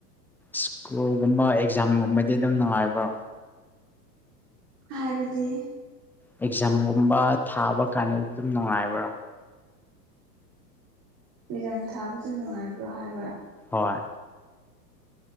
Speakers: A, in the centre; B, on the right.
A: ꯁ꯭ꯀꯨꯜꯒꯨꯝꯕ ꯑꯦꯛꯖꯥꯝꯒꯨꯝꯕꯗꯤ ꯑꯗꯨꯝ ꯅꯨꯡꯉꯥꯏꯕ꯭ꯔꯣ
B: ꯍꯥꯏꯕꯗꯤ
A: ꯑꯦꯛꯖꯥꯝꯒꯨꯝꯕ ꯊꯥꯕ ꯀꯥꯟꯗꯗꯤ ꯑꯗꯨꯝ ꯅꯨꯡꯉꯥꯏꯕ꯭ꯔꯣ
B: ꯑꯦꯛꯖꯝ ꯊꯥꯕꯗ ꯅꯨꯡꯉꯥꯏꯕ꯭ꯔꯣ ꯍꯥꯏꯕ
A: ꯍꯣꯏ